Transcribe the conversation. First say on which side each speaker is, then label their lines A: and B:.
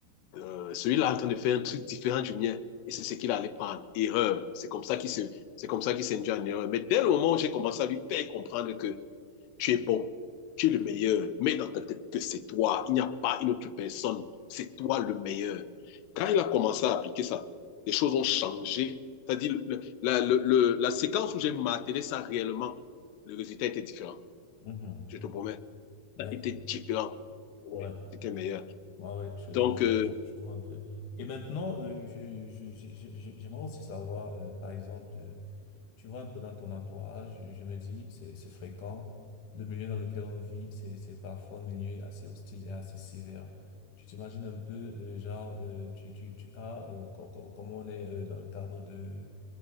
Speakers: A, on the left (about 80°); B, on the left (about 60°).
A: euh, celui-là est en train de faire un truc différent du mien. Et c'est ce qu'il allait prendre. Erreur. C'est comme ça qu'il se, c'est comme ça qu'il s'est induit en erreur. Mais dès le moment où j'ai commencé à lui faire comprendre que tu es bon, tu es le meilleur, mets dans ta tête que c'est toi. Il n'y a pas une autre personne. C'est toi le meilleur. Quand il a commencé à appliquer ça, les choses ont changé. C'est-à-dire, le, la, le, le, la séquence où j'ai martelé ça réellement, le résultat était différent.
B: mhm.
A: Je te promets,
B: Ouais,
A: ça était différent. Ouais,
B: ouais,
A: c'était meilleur.
B: ouais, ouais, je,
A: Donc,
B: je, je,
A: euh,
B: je, je vois un peu. Et maintenant, euh, je, je, je- je- je- j'aimerais aussi savoir, euh, par exemple, euh, tu vois un peu dans ton entourage, je, me dis, c'est, c'est fréquent, le milieu dans lequel on vit, c'est, c'est parfois un milieu assez hostile et assez sévère. Tu t'imagines un peu, euh, genre, euh, tu, tu, tu, as, euh, co- co- comment on est euh, dans le cadre de,